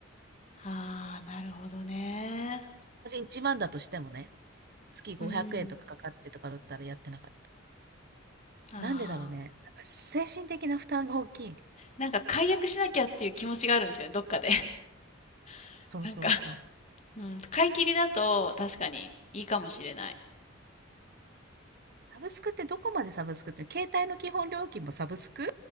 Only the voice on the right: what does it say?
私1万だとしてもね、月500円とかかかってとかだったらやってなかった。
なんでだろうね。なんか精神的な負担が大きい。
そうそうそう。
サブスクってどこまでサブスクって、携帯の基本料金もサブスク